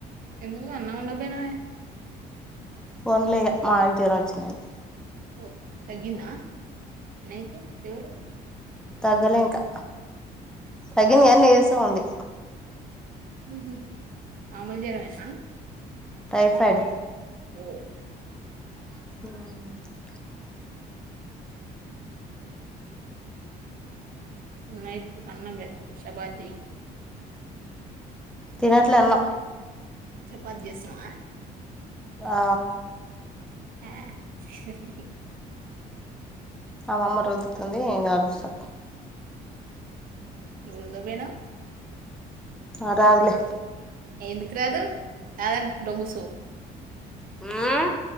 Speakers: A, on the right; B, in the centre.
A: ఎందుకు అన్నం వండపొయినవే
B: వన్డలే ఇగ మాయనకి జ్వరం వచ్చిందని
A: ఓ తగ్గిందా నీకు ఫీవరు
B: తగ్గలే ఇంకా తగ్గింది
A: మరి
B: కాని నీరసం ఉంది
A: ఊహు మామూలు జ్వరమేనా
B: టైఫైడ్
A: ఓ
B: మ్
A: నైట్ పూట అన్నం పెట్టకు షపాత్ జెయ్
B: తినట్లే అన్నం
A: చపాత్ జేస్తున్నవా
B: ఆ
A: ఆ హ్ హు హ్
B: ఆ మమ్మ రొద్దుతుంది నేన్ కాలుస్తా
A: నువ్ రుద్దపొయినవ్
B: అ రాదులే
A: ఎందుకు రాదు రాదనుకుంట కూసో
B: ఉమ్